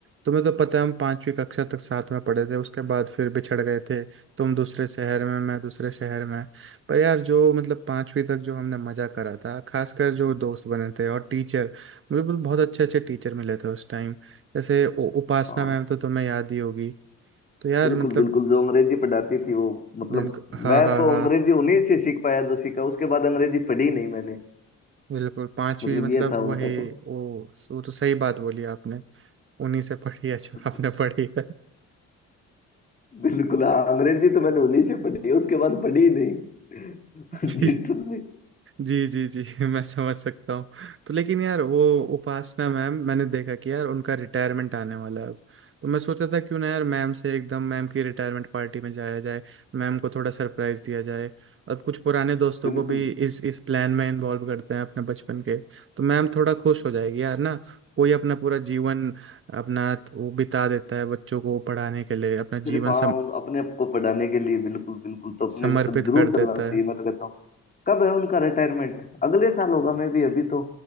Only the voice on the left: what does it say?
हाँ
बिल्कुल
बिल्कुल जो अंग्रेजी पढ़ाती थी वो मतलब
मैं
तो
अंग्रेजी उन्हीं से सीख पाया जो सीखा उसके बाद अंग्रेजी पढ़ी नहीं मैंने
मतलब
ये था उनका
तो
बिल्कुल
बिल्कुल हाँ, अंग्रेजी तो मैंने उन्हीं से पढ़ी है उसके बाद पढ़ी ही नहीं <laughs>
लिटरली
बिल्कुल
सिर्फ हाँ
उन अपने आप को पढ़ाने के लिए बिल्कुल बिल्कुल तो अपने
को सब जरूर
चलना
चाहिए
मैं तो कहता हूँ कब है उनका रिटायरमेंट अगले साल होगा मैं भी अभी तो